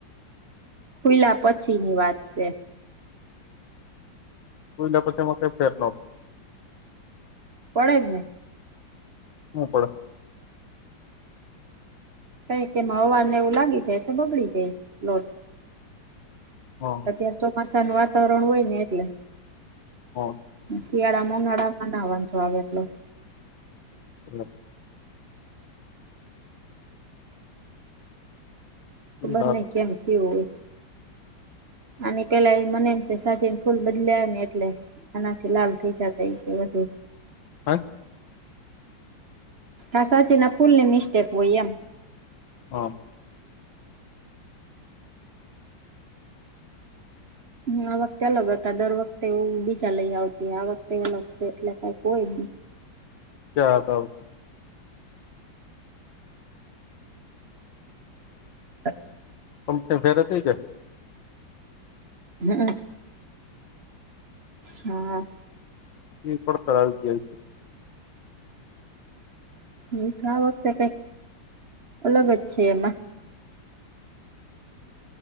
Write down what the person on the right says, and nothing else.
ખુલ્લા પછીની વાત છે.
પડે જ ને.
કઈક એમાં હવાને એવું લાગી જાય એટલે બગડી જાય લોટ.
અત્યારે ચોમાસા નું વાતાવરણ હોય ને એટલે.
શિયાળામાં અને ઉનાળામાં ના વાંધો આવે એટલે.
ખબર
નઈ કેમ થયું હોય. આની પેલાય મને એમ છે સાચીન ફૂલ બદલ્યા ને એટલે. આનાથી લાલ થઈ જતા હશે વધુ.
ક સાચીના ફૂલની મિસ્ટેક હોય એમ.
હા આ વખતે અલગ હતા દર વખતે એવું બીજા લઈ આવતી આ વખતે અલગ છે એટલે કઈંક હોય.
<inaudible>
હા. હા.
નહીંતો આ વખતે કંઈક અલગ જ છે એમાં.